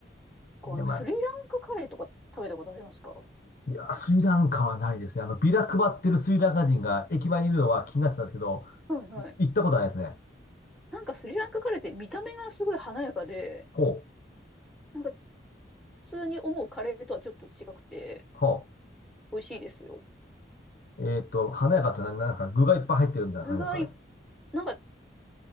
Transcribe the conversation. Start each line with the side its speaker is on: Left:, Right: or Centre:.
Centre: 構あの、
Left: で、まあ、
Centre: スリランカカレーとか食べたことありますか
Left: いや、スリランカはないですね。あの、
Centre: うん
Left: ビラ配ってるスリランカ人が駅前にいるのは気になってたんですけど、
Centre: はいはい。
Left: 行ったことはないですね。
Centre: なんかスリランカカレーって見た目がすごい華やかで、
Left: ほう、
Centre: なんか普通に思うカレーとはちょっと違くて
Left: ほ
Centre: 美味しいですよ。
Left: う。えっと、華やかってな、なんか具がいっぱい入ってるみたいな感じなんですかね。
Centre: 具がい、なんか、